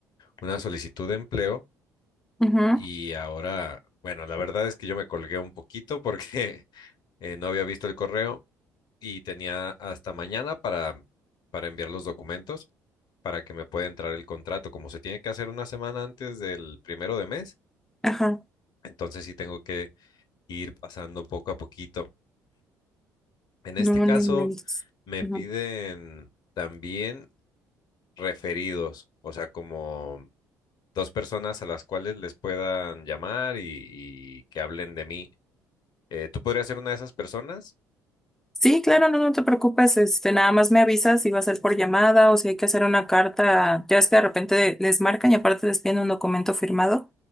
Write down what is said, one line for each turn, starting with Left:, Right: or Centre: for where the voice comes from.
Left: una solicitud de empleo
Centre: Ujú,
Left: y ahora, bueno, la verdad es que yo me colgué un poquito porque <laughs> eh, no había visto el correo y tenía hasta mañana para, para enviar los documentos. para que me pueda entrar el contrato. Como se tiene que hacer una semana antes del primero de mes,
Centre: Ajá,
Left: entonces sí tengo que ir pasando poco a poquito. En este
Centre: no,
Left: caso,
Centre: no inventes.
Left: me
Centre: Ujú.
Left: piden también referidos, o sea, como dos personas a las cuales les puedan llamar y, y que hablen de mí. Eh, ¿tú podrías ser una de esas personas?
Centre: Sí, claro, no, no te preocupes, este, nada más me avisas si va a ser por llamada o si hay que hacer una carta, ya es que de repente les marcan y aparte les piden un documento firmado.